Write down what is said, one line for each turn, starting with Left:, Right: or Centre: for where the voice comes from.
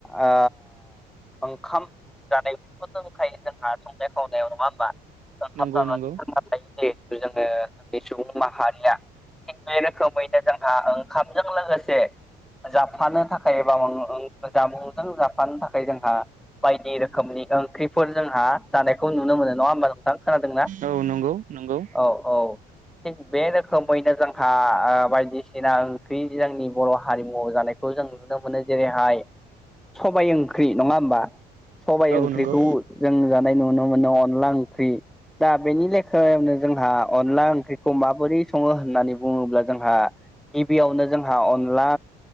Centre: ओ ओंखाम जानायखौथ' दंखायो जोंहा संनाय खावनायाव, नङा होमबा? <unintelligible> जोंनि
Right: नंगौ नंगौ
Centre: सुबुं माहारिया थिग बे रोखोमैनो जोंहा ओंखामजों लोगोसे जाफानो थाखाय एबा मा जामुंजों जाफानो थाखाय जोंहा बायदि रोखोमनि ओंख्रिफोर जोंहा जानायखौ नुनो मोनो नङा होमबा नोंथां? खोनादोंना?
Right: औ नंगौ नंगौ
Centre: औ औ। थिग बे रोखोमैनो जोंहा ओ बायदिसिना ओंख्रि जोंनि बर' हारिमु आव जानायखौ जों नुनो मोनो जेरैहाय सबाइ ओंख्रि नङा होमबा? सबाइ
Right: औ
Centre: ओंख्रिखौ
Right: नंगौ
Centre: जों जानाय नुनो मोनो, अनला ओंख्रि दा बेनि लेखायावनो जोंहा अनला ओंख्रिखौ माबोरै सङो होननानै बुङोब्ला जोंहा गिबियावनो जोंहा अनला